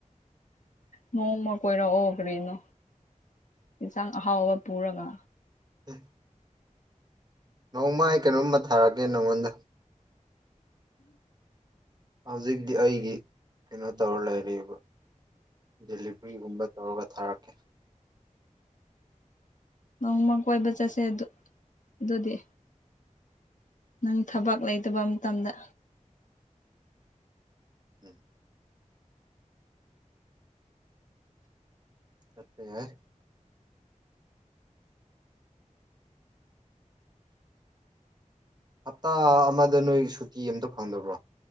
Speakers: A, on the left; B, on the right.
A: ꯅꯣꯡꯃ ꯀꯣꯏꯔꯛꯑꯣ ꯀꯔꯤꯅꯣ ꯌꯦꯟꯁꯥꯡ ꯑꯍꯥꯎꯕ ꯄꯨꯔꯒ
B: ꯎꯝ ꯅꯣꯡꯃ ꯑꯩ ꯀꯩꯅꯣꯝꯃ ꯊꯥꯔꯛꯑꯒꯦ ꯅꯪꯉꯣꯟꯗ ꯍꯧꯖꯤꯛꯇꯤ ꯑꯩꯒꯤ ꯀꯩꯅꯣ ꯇꯧꯔ ꯂꯩꯔꯤꯕ ꯗꯦꯂꯤꯚꯔꯤꯒꯨꯝꯕ ꯇꯧꯔꯒ ꯊꯥꯔꯛꯀꯦ
A: ꯅꯣꯡꯃ ꯀꯣꯏꯕ ꯆꯠꯁꯦ ꯑꯗꯨ ꯑꯗꯨꯗꯤ ꯅꯪ ꯊꯕꯛ ꯂꯩꯇꯕ ꯃꯇꯝꯗ
B: ꯎꯝ ꯐꯠꯇꯦꯦ ꯍꯞꯇꯥ ꯑꯃꯗ ꯅꯣꯏ ꯁꯨꯇꯤ ꯑꯝꯇ ꯐꯪꯗꯕ꯭ꯔꯣ